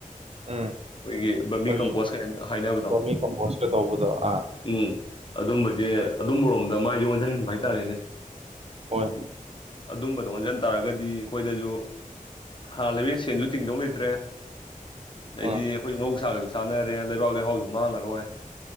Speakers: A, on the right (about 45°); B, on the left (about 35°).
A: ꯎꯝ
B: ꯑꯩꯈꯣꯏꯒꯤ ꯕꯔꯃꯤ
A: ꯑꯩꯈꯣꯏꯒꯤ
B: ꯀꯝꯄꯣꯁ ꯀꯥꯏꯅ ꯍꯥꯏꯅꯕꯗꯣ
A: ꯕꯣꯔꯃꯤ ꯀꯝꯄꯣꯁꯀ ꯇꯧꯕꯗꯣ ꯑꯥ
B: ꯎꯝ ꯑꯗꯨꯝꯕꯁꯦ ꯑꯗꯨꯝꯕꯔꯣꯝꯗ ꯃꯥꯏꯁꯦ ꯑꯣꯟꯁꯤꯟꯅꯤꯡꯕ ꯍꯥꯏꯇꯥꯔꯦꯅꯦ
A: ꯍꯣꯏ
B: ꯑꯗꯨꯝꯕꯗ ꯑꯣꯟꯁꯤꯟ ꯇꯥꯔꯒꯗꯤ ꯑꯩꯈꯣꯏꯗꯁꯨ ꯍꯥꯥ ꯂꯩꯕꯩ ꯁꯦꯟꯁꯨ ꯇꯤꯡꯗꯧ ꯂꯩꯇ꯭ꯔꯦ ꯑꯗꯩꯗꯤ
A: ꯎꯝ
B: ꯑꯩꯈꯣꯏ ꯃꯍꯧꯁꯥꯒꯁꯨ ꯆꯥꯅꯔꯦ ꯂꯩꯕꯥꯛ ꯂꯩꯍꯥꯎꯁꯨ ꯃꯥꯡꯉꯔꯣꯏ